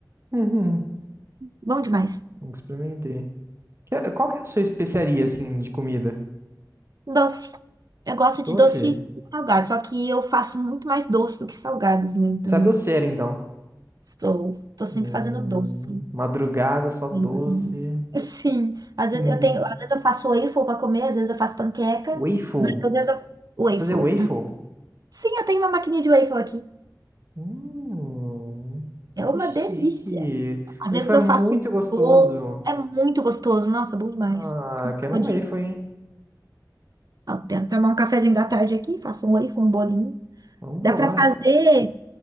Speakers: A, on the right; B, on the right.
A: Uhum.
B: Bom demais.
A: Nunca experimentei. Que- qual que é a sua especiaria, assim, de comida?
B: Doce. Eu gosto de
A: Doce?
B: doce salgado. Só que eu faço muito mais doce do que salgados, né? Então,
A: Você é doceira, então.
B: sou. Tô sempre
A: Hum,
B: fazendo doce.
A: madrugada, só doce.
B: Para comer. Sim, às
A: Hum.
B: vezes eu tenho, às vezes eu faço waffle para comer, às vezes eu faço panqueca,
A: Waffle.
B: mas às vezes eu waffle.
A: Vou fazer waffle?
B: Hum. Sim, eu tenho uma maquininha de waffle aqui.
A: Hum,
B: É uma
A: que chique.
B: delícia. Às
A: Waffle
B: vezes eu
A: é muito
B: faço
A: gostoso.
B: bolo, é muito gostoso. Nossa, é bom demais.
A: Ah, quero
B: Pudim.
A: um waffle, hein?
B: Eu tento tomar um cafezinho da tarde aqui, faço um waffle, um bolinho.
A: Vambora.
B: Dá para fazer